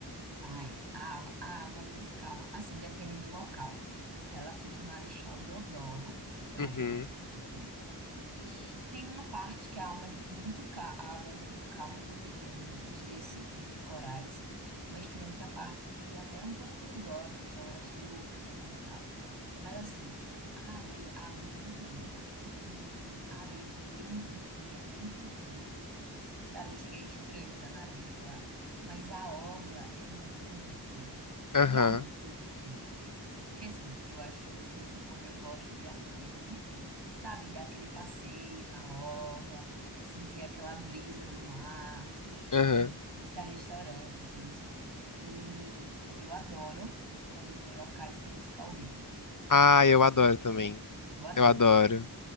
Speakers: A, on the right (about 85°); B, on the left (about 50°).
A: Ai, a, a água é muito calma, assim, depende do local. Ela fica em Marechal Deodoro, que é
B: Uhum.
A: uma cidadezinha. E tem uma parte que a alma é muito ca- a água é muito calma, porque tem uns, uns recifes de corais, mas tem outra parte que é até um pouco perigosa, que a galera surfa e tudo e tal. Mas assim, a areia, a água é muito limpa, muito limpinha. A areia é bem branquinha, bem fininha. Sabe, chega estranho andar na areia de lá. Mas a orla é muito bonita.
B: Aham.
A: E à noite? Porque assim, eu acho que você, assim como eu, gosta de ir à noite, sabe, dar aquele passeio na orla, sentir aquela brisa do mar e
B: Aham.
A: tipo, visitar restaurantes. E, tipo, eu adoro quando eu vou em locais e tem música ao vivo.
B: Ah, eu adoro também.
A: Eu adoro.
B: Eu adoro.